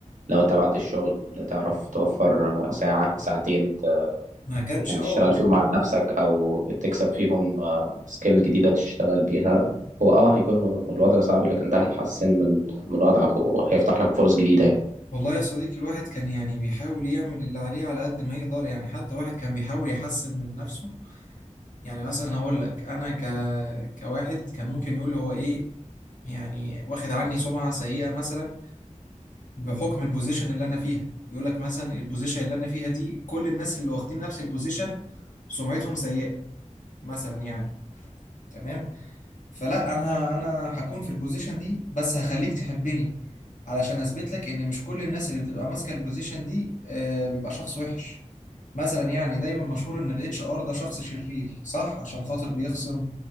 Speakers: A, on the right (about 80°); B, on the left (about 80°).
A: لو انت بعد الشغل تعرف توفر ساعة ساعتين ت-
B: ما كانش
A: يعني
B: اه
A: تشتغل فيهم على نفسك او تكسب فيهم سكيل جديدة تشتغل بيها هو اه هيكون الو- الوضع صعب لكن ده هيحسن من من وضعك وهيفتح لك فرص جديدة يعني
B: والله يا صديقي الواحد كان يعني بيحاول يعمل اللي عليه على قد ما يقدر يعني حتى الواحد كان بيحاول يحسن من نفسه يعني مثلا هقول لك انا ك... كواحد كان ممكن يقول هو ايه يعني واخد عني سمعة سيئة مثلا بحكم البوزيشن اللي انا فيها بيقول لك مثلا البوزيشن اللي انا فيها دي كل الناس اللي واخدين نفس البوزيشن سمعتهم سيئة مثلا يعني تمام فلا انا انا هكون في البوزيشن دي بس هخليك تحبني علشان اثبت لك ان مش كل الناس اللي بتبقى ماسكه البوزيشن دي آه، بيبقى شخص وحش مثلا يعني دايما مشهور ان الاتش ار ده شخص شرير صح عشان خاطر بيخصم